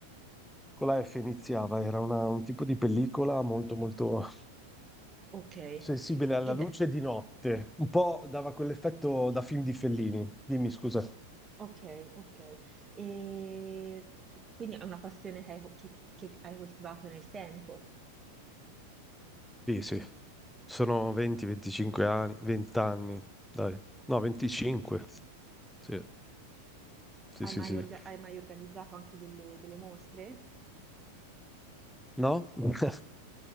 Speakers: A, in the centre; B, on the right (about 20°).
A: con la F iniziava, era una- un tipo di pellicola molto molto
B: Ok,
A: sensibile alla
B: E
A: luce
B: da-
A: di notte, un po' dava quell'effetto da film di Fellini. Dimmi, scusa.
B: ok, ok. E quindi è una passione che hai, che- che hai coltivato nel tempo.
A: Sì, sì, sono 20-25 anni, 20 anni, dai. No, 25, sì. Sì,
B: Hai
A: sì,
B: mai,
A: sì.
B: orga- hai mai organizzato anche delle, delle mostre?
A: No? <laughs>